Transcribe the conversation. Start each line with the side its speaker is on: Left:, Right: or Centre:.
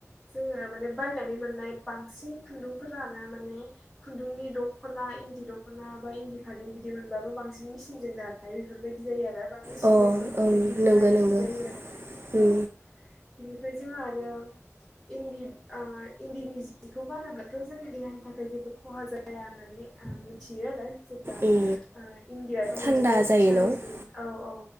Centre: जोङो माने बायनानै मोननाय बांसिन खुन्दुंफोरानो माने खुन्दुंनि दख'ना इन्दि दख'ना बा इन्दि फालि बिदि मोनबाबो बा सिन मिसिंजों दानाय बेफोरबायदि जायो आरो बा मिसिंनि
Right: अ ओं
Centre: खुन्दुंजों दिहुननाय
Right: नंगौ नंगौ
Centre: बिदि जायो आरो
Right: उम
Centre: औ बिनिफाय जोंहा आरो इन्दि ओ इन्दिनि जिखौ गानोब्लाथ' जोंनि देहानि थाखाय जेबो खहा जाया होननानै आ मिथियो आरो जेब्ला
Right: उम
Centre: ओ इण्डियाथ' मोनसे
Right: थान्दा
Centre: नेचारेलि
Right: जायो न'
Centre: औ औ